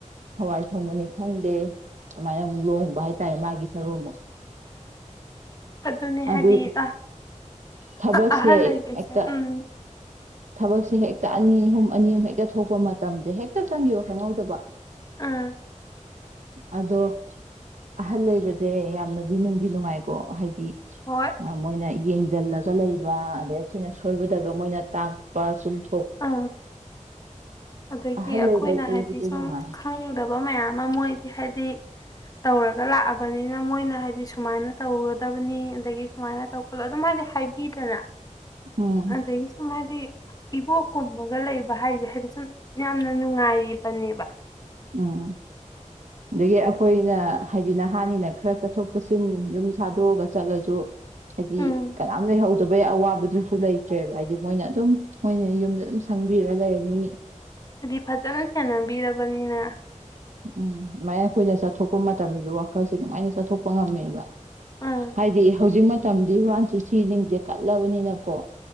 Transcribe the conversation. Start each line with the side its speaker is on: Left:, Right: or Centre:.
Right: ꯍꯋꯥꯏ ꯊꯣꯡꯕꯅꯤ ꯈꯪꯗꯦ ꯑꯗꯨꯃꯥꯏꯅ ꯑꯃꯨꯛ ꯂꯣꯡꯍꯕ ꯍꯥꯏꯇꯥꯔꯦ ꯃꯥꯒꯤ ꯁꯔꯨ ꯑꯃꯨꯛ
Left: ꯑꯗꯨꯅꯦ
Right: ꯑꯗꯨ
Left: ꯍꯥꯏꯗꯤ ꯑꯍꯟ
Right: ꯊꯕꯛꯁꯦ
Left: ꯑꯍꯜ ꯂꯩꯕꯁꯦ
Right: ꯍꯦꯛꯇ
Left: ꯎꯝ
Right: ꯊꯕꯛꯁꯦ ꯍꯦꯛꯇ ꯍꯦꯛꯇ ꯑꯅꯤ ꯑꯍꯨꯝ ꯑꯅꯤ ꯑꯍꯨꯝ ꯍꯦꯛꯇ ꯊꯣꯛꯄ ꯃꯇꯝꯁꯦ ꯍꯦꯛꯇ ꯆꯪꯈꯤꯕ ꯈꯪꯍꯧꯗꯕ
Left: ꯑꯥ
Right: ꯑꯗꯣ ꯑꯍꯟ ꯂꯩꯕꯁꯦ ꯌꯥꯝꯅꯗꯤ ꯅꯨꯡꯗꯤ ꯅꯨꯡꯉꯥꯏꯀꯣ ꯍꯥꯏꯗꯤ
Left: ꯍꯣꯏ
Right: ꯃꯣꯏꯅ ꯌꯦꯡꯁꯤꯜꯂꯒ ꯂꯩꯕ ꯑꯗꯩ ꯑꯩꯈꯣꯏꯅ ꯁꯣꯏꯕꯗꯒ ꯃꯣꯏꯅ ꯇꯥꯛꯄ ꯆꯨꯝꯊꯣꯛ
Left: ꯑ ꯑꯗꯒꯤ
Right: ꯑꯍꯜ
Left: ꯑꯩꯈꯣꯏꯅ
Right: ꯂꯩꯕꯁꯦ
Left: ꯍꯥꯏꯗꯤ
Right: ꯑꯗꯨꯗꯤ
Left: ꯁꯨꯝ
Right: ꯅꯨꯡꯉꯥꯏ
Left: ꯈꯪꯗꯕ ꯃꯌꯥꯝ ꯑꯃ ꯃꯣꯏꯗꯤ ꯍꯥꯏꯗꯤ ꯇꯧꯔꯒ ꯂꯥꯛꯑꯕꯅꯤꯅ ꯃꯣꯏꯅ ꯍꯥꯏꯗꯤ ꯁꯨꯃꯥꯏꯅ ꯇꯧꯒꯗꯕꯅꯤ ꯑꯗꯒꯤ ꯁꯨꯃꯥꯏꯅ ꯇꯧ ꯈꯣꯠꯂꯣ ꯑꯗꯨꯝ ꯍꯥꯏꯗꯤ ꯍꯥꯏꯕꯤꯗꯅ
Right: ꯎꯝ
Left: ꯑꯗꯁꯨ ꯃꯥꯗꯤ ꯏꯕꯣꯛꯀꯨꯝꯕꯒ ꯂꯩꯕ ꯍꯥꯏꯁꯦ ꯍꯥꯏꯗꯤ ꯁꯨꯝ ꯌꯥꯝꯅ ꯅꯨꯡꯉꯥꯏꯔꯤꯕꯅꯦꯕ
Right: ꯎꯝ ꯑꯗꯒꯤ ꯑꯩꯈꯣꯏꯅ ꯍꯥꯏꯗꯤ ꯅꯍꯥꯟꯅꯤꯅ ꯈꯔ ꯆꯠꯊꯣꯛ ꯆꯠꯁꯤꯟ ꯌꯨꯝ ꯊꯥꯗꯣꯛꯑꯒ ꯆꯠꯂꯁꯨ ꯍꯥꯏꯗꯤ
Left: ꯎꯝ
Right: ꯀꯅꯥꯝ ꯂꯩꯍꯧꯗꯕꯩ ꯑꯋꯥꯕ ꯁꯨ ꯂꯩꯇ꯭ꯔꯦꯕ ꯍꯥꯏꯗꯤ ꯃꯣꯏꯅ ꯑꯗꯨꯝ ꯃꯣꯏꯅ ꯌꯨꯝꯗ ꯑꯗꯨꯝ ꯁꯪꯕꯤꯔ ꯂꯩꯔꯅꯤ
Left: ꯑꯗꯨꯗꯤ ꯐꯖꯅ ꯁꯦꯟꯅꯕꯤꯔꯕꯅꯤꯅ
Right: ꯎꯝ ꯑꯗꯨꯃꯥꯏꯅ ꯑꯩꯈꯣꯏꯅ ꯆꯠꯊꯣꯛꯄ ꯃꯇꯝꯁꯤꯗ ꯋꯥꯈꯜꯁꯦ ꯑꯗꯨꯃꯥꯏꯅ ꯆꯠꯊꯣꯛꯄ ꯉꯝꯃꯦꯕ
Left: ꯎꯝ
Right: ꯍꯥꯏꯗꯤ ꯍꯧꯖꯤꯛ ꯃꯇꯝꯗꯤ ꯍꯟꯁꯨ ꯁꯤꯁꯤꯡꯁꯦ ꯀꯠꯂꯕꯅꯤꯅꯀꯣ